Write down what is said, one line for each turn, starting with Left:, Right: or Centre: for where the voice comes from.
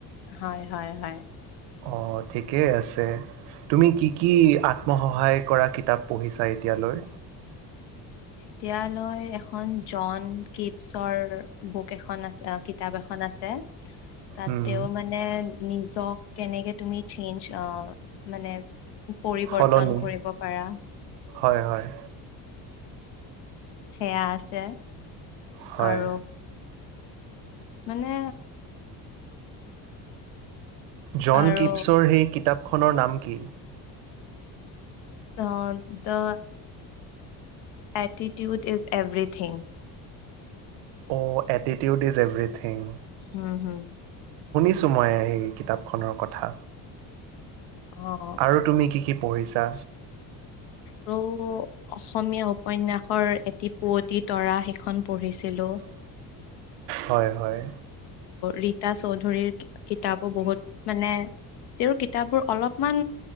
Left: হয়, হয়, হয়।
Right: অ' ঠিকেই আছে, তুমি কি কি আত্মসহায় কৰা কিতাপ পঢ়িছা এতিয়া। এতিয়ালৈ
Left: এতিয়ালৈ এখন জন কিপছৰ বুক এখন আছে কিতাপ এখন আছে তাতে
Right: উম
Left: মানে নিজক কেনেকে তুমি চেঞ্জ অ' মানে পৰিৱৰ্তন
Right: সলনি
Left: কৰিব পাৰা।
Right: হয় হয়
Left: সেয়া আছে,
Right: হয়
Left: আৰু মানে
Right: জন
Left: আৰু
Right: কিপছৰ সেই কিতাপখনৰ নাম কি?
Left: অ' দা এটিটিউড ইজ এভৰিথিং।
Right: অ' এটিটিউড ইজ এভৰিথিং।
Left: উম, হম।
Right: শুনিছো, মই কিতাপখনৰ কথা
Left: অ
Right: আৰু তুমি কি কি পঢ়িছা।
Left: আৰু অসমীয়া উপন্যয়াসৰ এটি পুৱতি তৰা সেইখন পঢ়িছিলোঁ।
Right: হয়, হয়।
Left: ৰীতা চৌধুৰীৰ কিতাপো বহুত মানে তেওঁৰ কিতাপবোৰ অলপমান